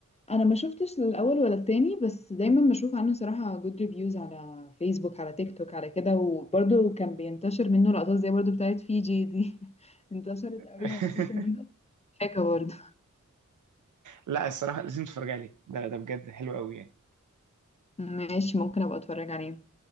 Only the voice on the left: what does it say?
انا ما شفتش الاول ولا التاني بس دايما بشوف عنه صراحة جود ريفيوز على فيسبوك على تيك توك على كده وبرده كان بينتشر منه لقطات زي برضو بتاعت فيجي دي <laughs> انتشرت
قوي على السوشيال ميديا حاجة برضو
ماشي ممكن ابقى اتفرج عليه